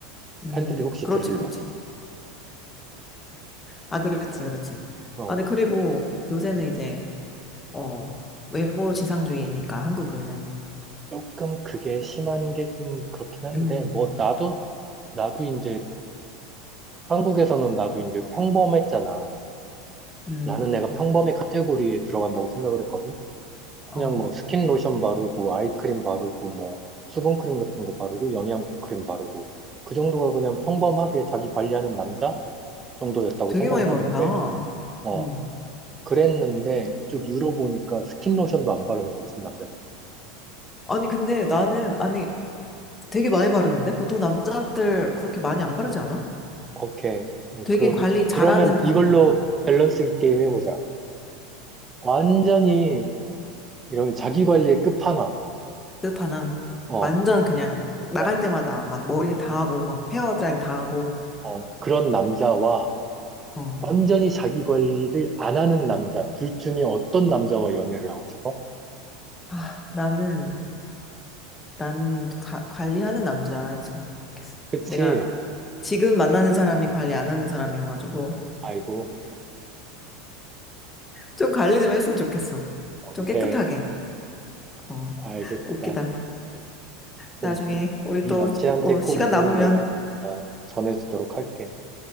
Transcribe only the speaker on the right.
팬들이 혹시
들을라.
어,
음.
조금 그게 심한 게 좀 그렇긴 한데
뭐 나도 나도 이제 한국에서는 나도 이제 평범했잖아.
나는 내가 평범의 카테고리에 들어간다고 생각을 했거든. 그냥
뭐 스킨 로션 바르고 아이크림 바르고 뭐 수분크림 같은 거 바르고 영양크림 바르고 그 정도가 그냥 평범하게 자기 관리하는 남자 정도였다고
생각을
하는데 어
그랬는데 이쪽 유럽 보니까 스킨 로션도 안 바르는 거지 남자들.
오케이
그
그러면
이걸로 밸런스 게임 해보자. 완전히 이런 자기 관리의 끝판왕.
어
어,
음,
어, 그런 남자와
완전히 자기 관리를 안 하는 남자, 둘 중에 어떤 남자와 연애를 하고 싶어?
그치?
아이고,
오케이,
알겠다.
그래.
그럼 네,
네
남친한테
꼭 이거는
내가 어, 전해주도록 할게.